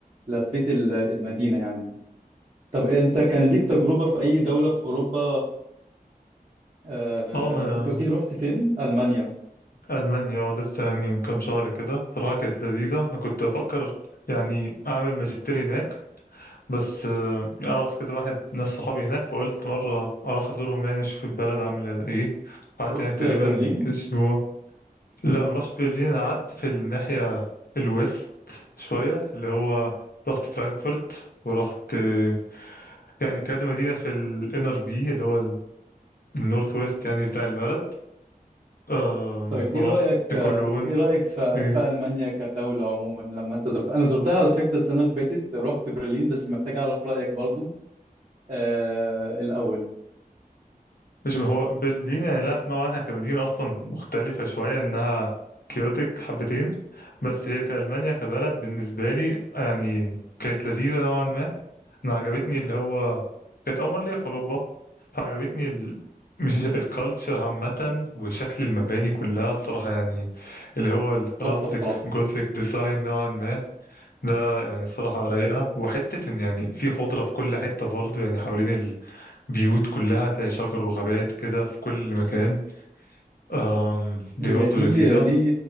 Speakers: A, on the right (about 45°); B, on the left (about 75°).
A: لفيت ال- المدينة يعني طب انت كان ليك تجربة في اي دولة في اوروبا آه
B: اه ما
A: انت قلت لي رحت فين المانيا
B: ألمانيا اه لسه يعني من كام شهر كده بصراحة كانت لذيذة أنا كنت أفكر يعني أعمل ماجستير هناك بس آه، أعرف كده واحد ناس صحابي هناك فقلت مرة أروح أزورهم يعني أشوف البلد عاملة إيه قعدت
A: رحت
B: هناك تقريبا
A: برلين
B: أسبوع لا ما رحتش برلين أنا قعدت في الناحية الويست شوية اللي هو رحت فرانكفورت ورحت آه، يعني كذا مدينة في الانر في اللي هو النورث ويست يعني بتاع البلد آم،
A: طيب ايه
B: ورحت
A: رأيك
B: كولون
A: ايه رأيك في
B: إيه
A: في ألمانيا كدولة عموما لما انت زرتها انا زرتها على فكرة السنة اللي فاتت رحت برلين بس محتاج اعرف رأيك برضو آه الأول
B: مش هو برلين يعني لا اسمع عنها كمدينة أصلا مختلفة شوية إنها كيوتك حبتين بس هي كألمانيا كبلد بالنسبة لي يعني كانت لذيذة نوعا ما أنا عجبتني اللي هو كانت أول مرة ليا في أوروبا فعجبتني ال... مش الكالتشر عامة وشكل المباني كلها الصراحة يعني اللي هو الراستيك
A: تحفة الصراحة
B: جوثيك ديزاين نوعا ما ده يعني الصراحة رايقة وحتة إن يعني في خضرة في كل حتة برضو يعني حوالين بيوت كلها هتلاقي شجر وغابات كده في كل مكان أم دي
A: هي
B: برضو
A: دي
B: لذيذة
A: دي